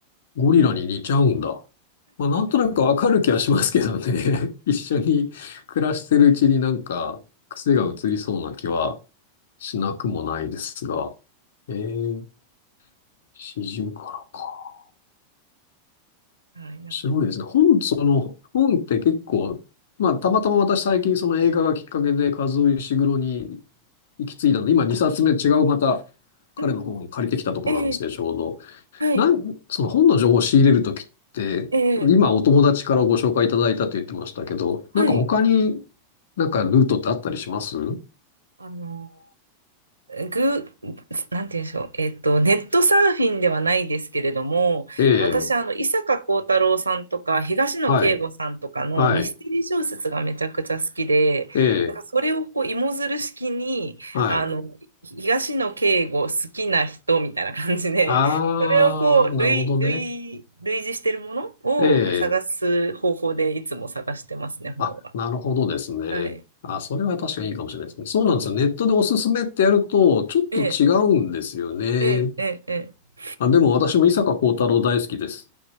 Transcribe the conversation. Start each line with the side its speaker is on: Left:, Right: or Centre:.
Left: ゴリラに似ちゃうんだ。まあ、なんとなくわかる気はしますけどね。<laughs> 一緒に暮らしてるうちになんか癖が移りそうな気はしなくもないですが。えー、四十からか。
Right: はい、
Left: 面白いですね。
Right: なんか、
Left: 本、その、本って結構、まあ、たまたま私最近その映画がきっかけで和尾石黒に行き着いたので、今2冊目違うまた彼の本借りてきたところなんですけど、
Right: うんうん、ええ
Left: ちょうど。
Right: はい、
Left: なん、その本の情報を仕入れるときって、
Right: ええ
Left: 今お友達からご紹介いただいたと言ってましたけど、
Right: はい。
Left: なんか他になんかルートってあったりします
Right: あの、ぐ、なんて言うんでしょう。えっと、ネットサーフィンではないですけれども、
Left: ええ、
Right: 私、あの、伊坂幸太郎さんとか、東野圭吾さんとかのミステリー小説がめちゃくちゃ好きで、
Left: はい、はい、ええ、
Right: だからそれをこう、芋づる式に、
Left: はい。
Right: あの、東野圭吾好きな人みたいな感じで、
Left: あー、
Right: それをこう、類、
Left: なるほどね。
Right: 類、類似してるものを探す方法でいつも探してますね、
Left: ええ、
Right: 本は。
Left: あ、なるほどですね。
Right: はい。
Left: あ、それは確かにいいかもしれないですね。そうなんですよ。ネットでおすすめってやると、ちょっと違うんですよね。
Right: ええ、ええ、ええ、ええ
Left: あ、でも私も伊坂幸太郎大好きです。